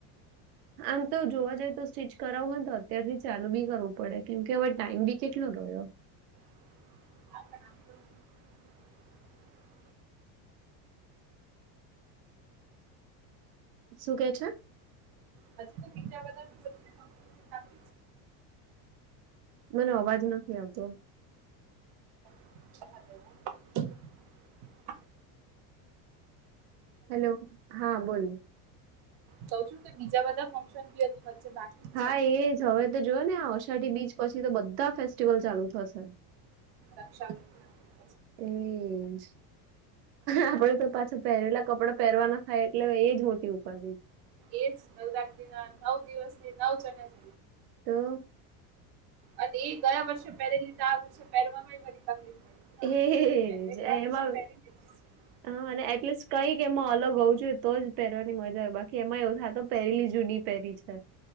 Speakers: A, on the right; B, on the right.
A: આમ તો જોવા જઈએ તો સ્ટીચ કરાવું ને તો અત્યારથી ચાલુ બી કરવું પડે કેમ કે હવે ટાઈમ ભી કેટલો રહ્યો
B: <inaudible>
A: શું કે છે?
B: પછી તો બીજા બધા <inaudible>
A: મને અવાજ નથી આવતો
B: હાલો.
A: હેલો હા બોલ
B: કઉ શું કે બીજા બધા ફંક્શન બી હજી વચ્ચે બાકી
A: હા
B: છે.
A: એજ હવે તો જોયને આ અષાઢી બીચ પછી તો બધા ફેસ્ટીિવલ ચાલુ થશે
B: રક્ષા <inaudible>
A: એજ આપડે તો પાછું પહેરેલા કપડાં પહેરવાના થાય એટલે એ જ મોટી ઉપાધી
B: એજ નવરાત્રીના નવ દિવસની નવ ચણયા ચ
A: તો
B: અને એ ગયા વર્ષે પહેરે લીધ આ વર્ષે પહેરવામાં બધી તકલીફ પડે ના
A: હે
B: એ નહીં પહેરે
A: જ
B: ગયા વર્ષે
A: એમાં
B: પહેરી લીધી
A: હા અને એટલીસ્ટ કઈક એમાં અલગ હોવુ જોઈએ તો જ પહેરવાની મજા આવે બાકી એમાં એવું થાયતો પહેરેલી જૂની પેરી છે.